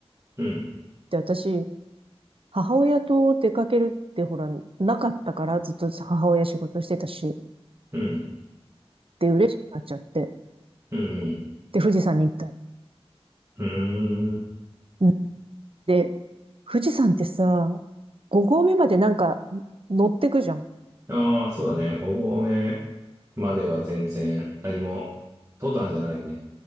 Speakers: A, on the right; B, on the right.
A: うん、
B: で、私、母親と出かけるってほら、なかったからずっと母親仕事してたし、
A: う
B: で、嬉しくなっちゃって、
A: ん。
B: で、富士山に行った。
A: うーん。
B: うんで、富士山ってさ、5合目までなんか乗ってくじゃん。
A: ああ、そうだね。5合目までは全然何も、登山じゃないよね。